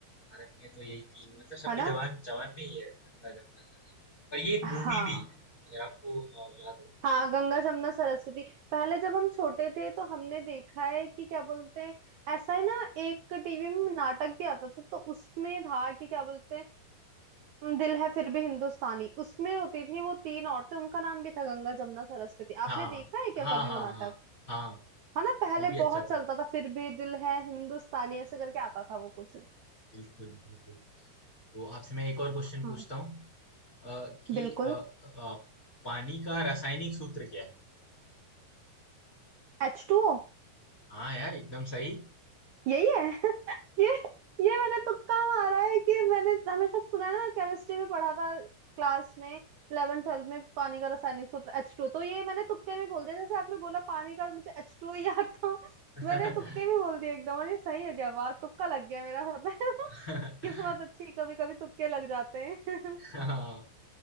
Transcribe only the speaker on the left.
भारत में तो यही तीन मतलब सबके
जवान जवान पे ही है गंगा जमुना सरस्वती और ये एक
मूवी भी है अगर आपको अ, याद हो तो
हाँ
हाँ
हाँ
हाँ हाँ
वो भी अच्छा
था
बिल्कुल बिल्कुल तो आपसे मैं एक और क्वेश्चन
पूछता हूँ अ, कि
अ, अ, पानी का रासायनिक सूत्र क्या है
हाँ यार एकदम सही
हाँ
<laughs>
हाँ